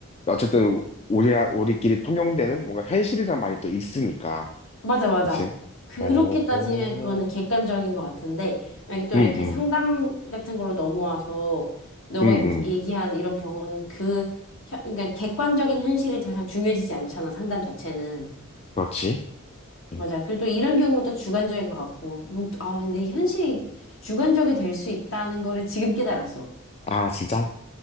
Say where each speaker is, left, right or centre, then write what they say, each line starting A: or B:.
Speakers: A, on the left; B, on the left.
A: 어쨌든 우리, 우리끼리 통용되는 뭔가 현실이란 말이 또 있으니까.
B: 맞아, 맞아.
A: 그치?
B: 그렇게
A: 어,
B: 따지면
A: 어.
B: 그거는 객관적인 것 같은데, 만약에 또
A: 음,
B: 이렇게
A: 음,
B: 상담 같은 걸로 넘어와서, 너가
A: 음,
B: 얘기- 얘기한
A: 음.
B: 이런 경우는 그, 혀- 그러니까 객관적인 현실이 더 이상 중요해지지 않잖아, 상담 자체는.
A: 그렇지.
B: 맞아.
A: 음.
B: 그리고 또 이런 경우는 또 주관적인 것 같고, 뭐, 아, 근데 현실이 주관적이 될 수 있다는 거를 지금 깨달았어.
A: 아, 진짜?